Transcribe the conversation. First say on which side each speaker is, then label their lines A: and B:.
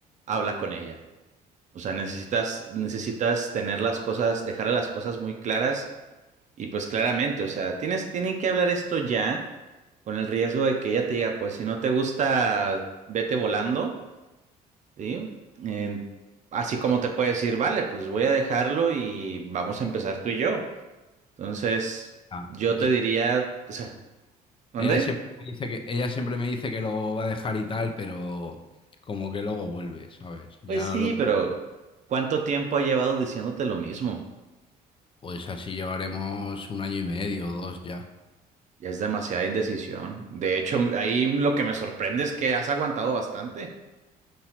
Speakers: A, on the right; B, on the left.
A: habla con ella. O sea, necesitas, necesitas tener las cosas, dejar las cosas muy claras y pues claramente, o sea, tienes, tienen que hablar esto ya con el riesgo de que ella te diga, pues si no te gusta, vete volando, ¿sí? Eh, así como te puede decir, vale, pues voy a dejarlo y vamos a empezar tú y yo. Entonces,
B: Ah,
A: yo
B: es-
A: te diría, o sea, ¿dónde?
B: ella siempre me dice que, ella siempre me dice que lo va a dejar y tal, pero como que luego vuelve, ¿sabes? Ya
A: Pues sí,
B: lo,
A: pero ¿cuánto tiempo ha llevado diciéndote lo mismo?
B: pues así llevaremos un año y medio o dos ya.
A: Ya es demasiada indecisión. De hecho, ahí lo que me sorprende es que has aguantado bastante.